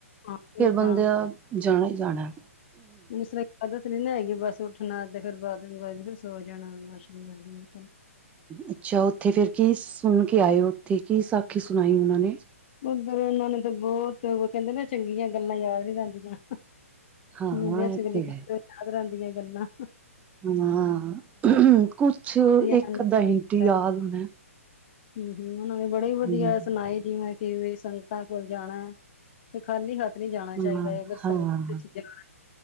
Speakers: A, on the left; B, on the right.
A: ਹਾਂ ਫਿਰ
B: ਫੇਰ
A: ਤਾਂ
B: ਬੰਦਿਆਂ ਜਾਣਾ ਜਾਣਾ।
A: ਮੈਨੂੰ ਇਸ ਤਰ੍ਹਾਂ ਆਦਤ ਨੀ ਨਾ ਹੈਗੀ ਬਸ ਉੱਠਣਾ ਤੇ ਫੇਰ ਬਾਥਰੂਮ ਫਿਰ ਸੋ ਜਾਣਾ ਵਾਸ਼ਰੂਮ ਵ
B: ਅੱਛਾ ਉੱਥੇ ਫੇਰ ਕੀ ਸੁਣ ਕੇ ਆਏ ਉੱਥੇ ਕੀ ਸਾਖੀ ਸੁਣਾਈ ਉਹਨਾਂ ਨੇ।
A: ਉੱਧਰ ਉਹਨਾਂ ਨੇ ਤਾਂ ਬਹੁਤ ਉਹ ਕਹਿੰਦੇ ਨਾ ਚੰਗੀਆਂ ਗੱਲਾਂ ਯਾਦ ਨੀ ਰਹਿੰਦੀਆਂ।
B: ਹਾਂ
A: ਮੁੂੰਦਿਆਂ
B: ਇਹ
A: ਚੁਗਲੀ
B: ਤੇ
A: <unintelligible>
B: ਹੈ
A: ਯਾਦ ਰਹਿੰਦੀਆਂ ਗੱਲਾਂ।
B: ਹਾਂ ਕੁਛ
A: ਧਿਆਨ
B: ਇੱਕ ਅੱਧਾਂ
A: ਕੀਤਾ
B: ਹਿੰਟ ਹੀ ਯਾਦ ਹੋਣਾ।
A: ਹੂੰ ਹੂੰ, ਉਹਨਾਂ ਨੇ ਬੜੇ ਵਧੀਆ
B: ਹੂੰ,
A: ਸੁਣਾਏ ਜਿਵੇਂ। ਕਿ ਵੀ ਸੰਗਤਾਂ ਕੋਲ ਜਾਣਾ ਤੇ ਖਾਲੀ ਹੱਥ ਜਾਣਾ ਚਾਹੀਦਾ
B: ਹਾਂ
A: ਅਗਰ ਸੰਗਤ
B: ਹਾਂ
A: ਵਿੱਚ ਜਾਣਾ